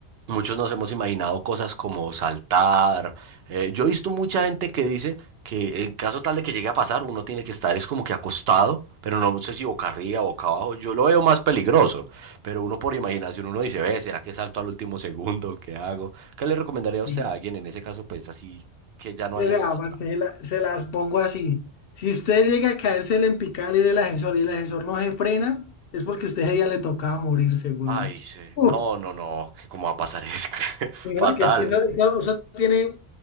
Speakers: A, on the right; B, on the left.
A: muchos nos hemos imaginado cosas como saltar. Eh, yo he visto mucha gente que dice que en caso tal de que llegue a pasar, uno tiene que estar es como que acostado, pero no sé si boca arriba, boca abajo. Yo lo veo más peligroso, pero uno por imaginación, uno dice, ve, ¿será que salto al último <laughs> segundo? ¿Qué hago? ¿Qué le recomendaría a
B: Y
A: usted a alguien en ese caso, pues así que ya no
B: pues,
A: haya
B: vea,
A: de otra?
B: Marcela, se las pongo así. Si usted llega a caérsele en picada libre el ascensor y el ascensor no se frena, es porque a usted ese día le tocaba morirse, weón.
A: Ay, sí.
B: Uh,
A: No, no, no, que cómo va a pasar es que- <laughs>
B: sí,
A: fatal.
B: porque es que eso, eso- eso tiene,